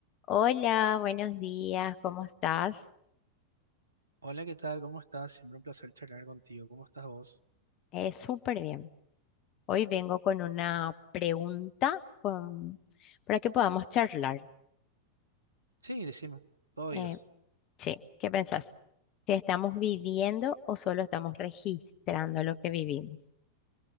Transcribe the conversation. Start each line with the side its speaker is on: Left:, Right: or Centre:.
Left: Hola, buenos días, ¿cómo estás?
Right: Hola, ¿qué tal? ¿Cómo estás? Siempre un placer charlar contigo. ¿Cómo estás vos?
Left: Eh, súper bien. Hoy vengo con una pregunta con- para que podamos charlar.
Right: Sí, decime. Todo oídos.
Left: Eh, sí, ¿qué pensás? ¿Que estamos viviendo o solo estamos registrando lo que vivimos?